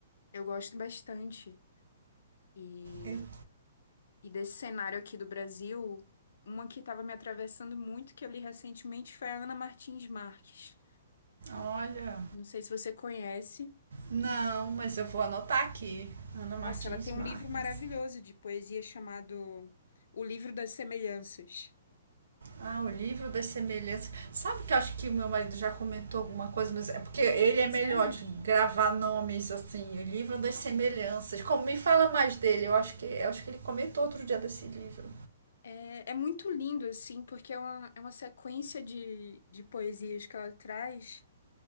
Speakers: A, on the left (about 65°); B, on the right (about 75°).
A: Eu gosto bastante. E,
B: Eu-
A: e desse cenário aqui do Brasil, uma que estava me atravessando muito, que eu li recentemente, foi a Ana Martins Marques.
B: olha,
A: Não sei se você conhece.
B: Não, mas eu vou anotar aqui. Ana Martins
A: Nossa, ela tem um
B: Marques.
A: livro maravilhoso de poesia chamado O Livro das Semelhanças.
B: Ah, o livro das semelhanças. Sabe que eu acho que meu marido já comentou alguma coisa, mas é porque ele é
A: Sério?
B: melhor de gravar nomes assim. O livro das semelhanças. Como me fala mais dele? Eu acho que eu acho que ele comentou outro dia desse livro.
A: É, é muito lindo, assim, porque é uma, é uma sequência de, de poesias que ela traz,